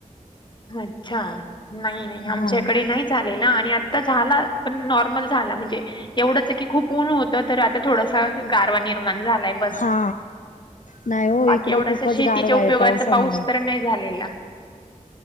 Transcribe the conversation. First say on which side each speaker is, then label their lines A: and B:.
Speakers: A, on the left; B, on the left.
A: अच्छा नाही नाही आमच्याकडे
B: हा
A: नाही झालेला आणि आता झाला पण नॉर्मल झाला म्हणजे एवढंच की खूप ऊन होतं तर आता थोडासा गारवा निर्माण झालाय. बस
B: हा नाही हो
A: बाकी
B: इकडे
A: एवढसा
B: खूपच
A: शेतीच्या
B: गारवा
A: उपयोगाचा
B: आहे पावसामुळे
A: पाऊस तर नाही झालेला.